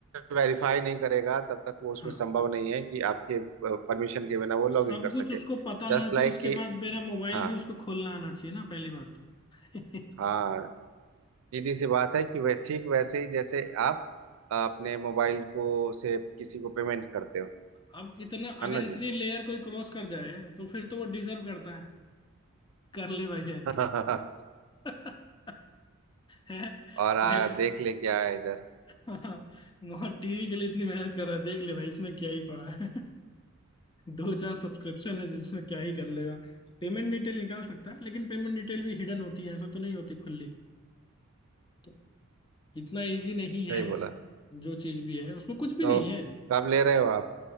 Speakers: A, on the right (about 70°); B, on the left (about 20°).
A: वेरीफाई नहीं करेगा तब तक वो
B: हाँ
A: उसमें संभव नहीं है कि आपके परमिशन के बिना वो लॉग
B: सब
A: इन कर
B: कुछ
A: सके
B: उसको पता होना
A: जस्ट
B: चाहिए
A: लाइक
B: उसके
A: like
B: बाद
A: कि
B: मेरा मोबाइल
A: हाँ
B: भी उसको खोलना आना चाहिए ना पहली बात तो <laughs>
A: हाँ सीधी सी बात है कि वे ठीक वैसे ही जैसे आप अ, अपने मोबाइल को से किसी को पेमेंट करते हो
B: अब इतना
A: है
B: अगर
A: ना
B: इतनी
A: जी
B: लेयर कोई क्रॉस कर जाए तो फिर तो वो डिजर्व करता है कर ले भाई हैक
A: <laughs>
B: <laughs> है
A: और आ,
B: मेरे
A: देख ले क्या है इधर
B: हाँ टीवी के लिए इतनी मेहनत कर रहा है देख ले भाई इसमें क्या ही पड़ा है दो चार सब्सक्रिप्शन है जिसमें क्या ही कर लेगा पेमेंट डिटेल निकाल सकता है लेकिन पेमेंट डिटेल भी हिडन होती है ऐसा तो नहीं होती खुली तो इतना इजी नहीं है
A: सही बोला
B: जो चीज भी है उसमें कुछ भी
A: तो
B: नहीं है
A: कब ले रहे हो आप